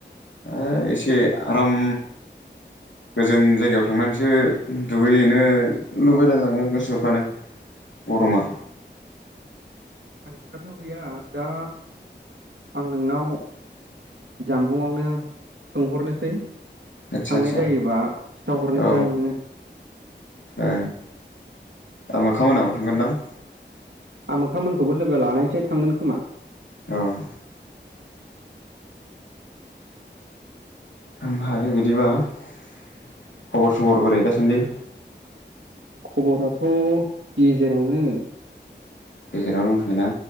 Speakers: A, on the left (about 85°); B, on the right (about 85°).
A: ओ एसे आराम गोजोन जायगायाव थांनानैसो दुगैहैनो लुबैलायलाङो गोसोफ्रानो। गरमा।
B: थांखियाथ' गैया दा आं नोंनाव जानबुंआवनो सोंहरनोसै।
A: आदसा
B: थांनाय
A: आदसा
B: जायोबा खिन्थाहरनोसै
A: औ
B: आं नोंनो।
A: ओ आमोखा मोनाबो थांगोन दां।
B: आमोखामोनखौबो लोगो लानोसै थांगोन खोमा।
A: औ। ओमफ्राय बिदिबा खबर सबर बोरै दा सान्दि?
B: खबराथ' गेजेरावनो।
A: गेजेरावनो दंथ'यो ना।